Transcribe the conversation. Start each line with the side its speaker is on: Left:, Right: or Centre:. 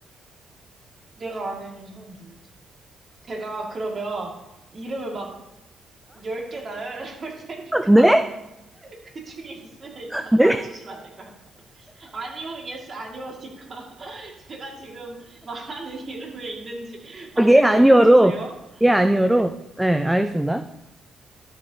Right: 내가 아는 이 사람 누구지? 제가 그러면 이름을 막 10개 나열해 볼 테니까
Centre: 네?
Right: <laughs> 그 중에 있으면 이따가
Centre: 네?
Right: 말해주시면 안 될까요? 아니요, 예스, 아니오니까. <laughs> 제가 지금 말하는 이름에 있는지 <laughs> 말씀해
Centre: 아, 예, 아니요로.
Right: 주세요.
Centre: 예, 아니요로.
Right: 네.
Centre: 네, 알겠습니다.